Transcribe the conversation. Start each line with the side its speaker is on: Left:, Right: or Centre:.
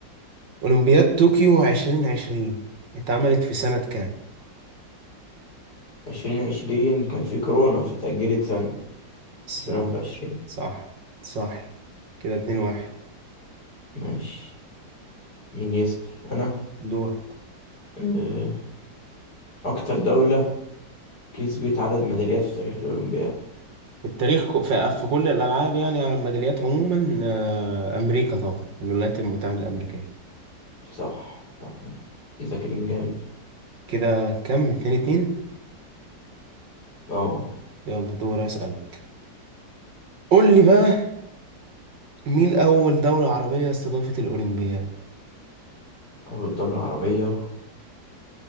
Right: اولمبياد طوكيو 2020 اتعملت في سنه كام
Left: عشرين عشرين كان في كورونا فتأجلت سنة
Right: صح
Left: ألفين واحد وعشرين
Right: صح صح كده اتنين واحد
Left: ماشي مين يسأل أنا
Right: دور
Left: أه، أكتر دولة كسبت عدد ميداليات في تاريخ الأولمبياد
Right: التاريخ ك- في في كل الألعاب يعني على الميداليات عموما آه، أمريكا طبعا الولايات المتحدة الأمريكية
Left: صح احنا مذاكرين جامد
Right: كده كم اتنين اتنين
Left: اه
Right: يلا دور أسألك قول لي بقى مين أول دولة عربية استضافت الأولمبياد
Left: أول دولة عربية